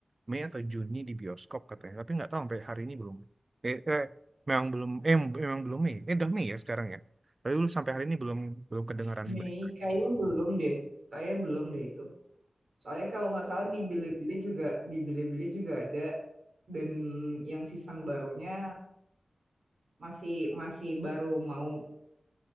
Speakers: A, on the right (about 45°); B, on the right (about 80°).
A: Mei atau Juni di bioskop katanya, tapi nggak tahu sampai hari ini belum. Eh, eh memang belum eh memang belum Mei. Eh udah Mei ya sekarang ya. Tapi dulu sampai hari ini belum belum kedengaran
B: Mei
A: berita.
B: kayaknya belum deh kayaknya belum deh itu. Soalnya kalau nggak salah di Bilibili juga di Bilibili juga ada dan yang season barunya Masih masih baru mau